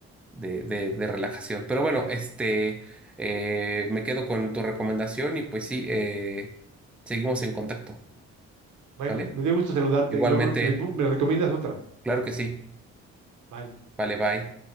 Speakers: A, in the centre; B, on the right (about 75°).
A: de, de, de relajación. Pero bueno, este, eh, me quedo con tu recomendación y pues sí, eh, seguimos en contacto,
B: Bueno,
A: ¿vale?
B: me dio gusto saludarte
A: Igualmente,
B: y luego me, me recomiendas otra.
A: claro que sí.
B: Bye.
A: Vale, bye.